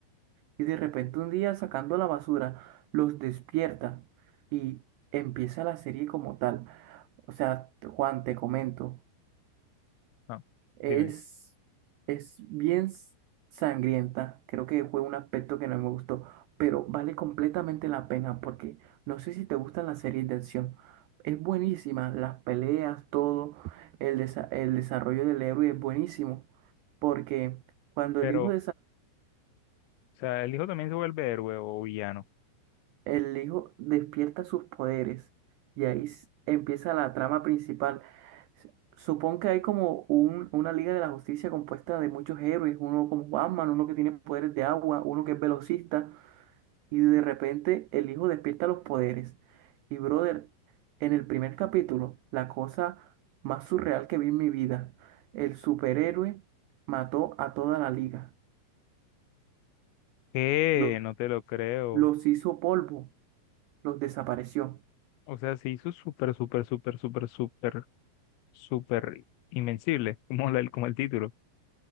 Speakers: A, on the right; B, on the left.
A: Y de repente un día sacando la basura, los despierta y empieza la serie como tal. O sea, Juan, te comento.
B: No,
A: Es,
B: dime.
A: es bien s- sangrienta. Creo que fue un aspecto que no me gustó, pero vale completamente la pena porque no sé si te gustan las series de acción. Es buenísima, las peleas, todo, el, desa- el desarrollo del héroe es buenísimo porque cuando
B: Pero,
A: el hijo
B: o sea, el hijo también se vuelve héroe o villano.
A: El hijo despierta sus poderes y ahí s- empieza la trama principal. S- Supón que hay como un, una Liga de la Justicia compuesta de muchos héroes, uno como Batman, uno que tiene poderes de agua, uno que es velocista, y de repente el hijo despierta los poderes. Y brother, en el primer capítulo, la cosa más surreal que vi en mi vida, el superhéroe mató a toda la liga,
B: ¿Qué?
A: los,
B: No te lo creo.
A: los hizo polvo, los desapareció.
B: O sea, se hizo súper, súper, súper, súper, súper, súper invencible, como la- como el título.